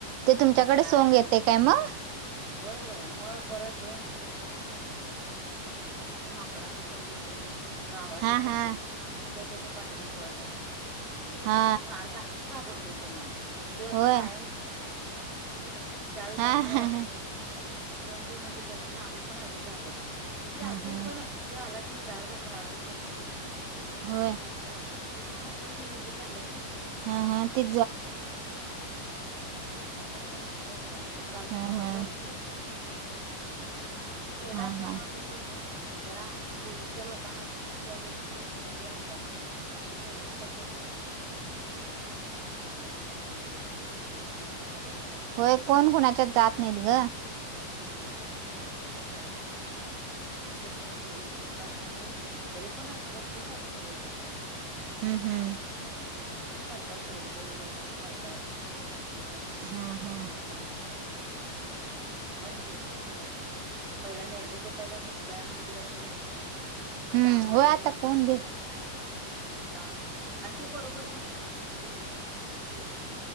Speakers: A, on the right; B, in the centre.
A: ते तुमच्याकडे
B: आता काय
A: सोंग
B: नाही
A: येते काय मग
B: होय होय मग परत दोन, दुसऱ्या दिवशी अनेक, येतोय तिसऱ्या दिवशी माकडाचा सोंग येते, गावातली
A: हा
B: सगळी
A: हा
B: लहान मुलं त्याच्या पाठीमा पळत असतात ल
A: हा
B: भरपूर आम्ही आज, पण घाबरतोय त्यांना तेव असं
A: होय
B: कायम तेव आईस्क्रीम पण विकतोय, त्यावेळी काय
A: हा
B: मला
A: हा
B: वाटत
A: हा
B: नाही पण ज्या दिवशी जो सं घऊन येतोय त्या दिवशी आम्हीणजून घाबरतोय, मी अजून
A: हा हा
B: पण तेव आला की मी दार झाकून आतच बसलेले असते.
A: होय
B: ते का ते लहान असल्यापासून भीती पडल्या नाही.
A: हा हा ते
B: त्यामु चालू आहे होय होय आमच्याकडे अजून
A: हा हा
B: भरपूर, जुन पद्धती चालूय खेड
A: हा
B: असल्यामुळे
A: हा
B: कसं होतय. जरा पूर्वीच्या लोकांना, त्या गोष्टी हे असतात नाही. शहरात कस जास्तून कोण अ बोलणं नसत. ते ना कुठले सणवार एकत्र, तात
A: होय कोण
B: तथ
A: कोणाच्यात
B: कस
A: जात नाहीत ग
B: हा असंचते आपल्या कस खड्या गावात, सगळं व्यवस्थित जरा पूर्वीची लोक असल्यामुळे होते तरी पण भरपूर कमी झाले इथं पण,
A: हम्म हम्म
B: तरी पण करतायत थोडे, थोडे लोक आता करतायत थोडी कोण जे
A: हा
B: जास्त
A: हा
B: व्यव कामात असले, त्यांनी बंद केले नैवेद्य पहिला नैवेद्य पहि सगळ्या मंदिरात, आता
A: हम्म
B: महादेव
A: होय आता
B: मंदिरात
A: कोण
B: वगैरे
A: घेत
B: आता, वैद घेत नाहीत का आणि ते बरोबर पण आहे. घेणं ते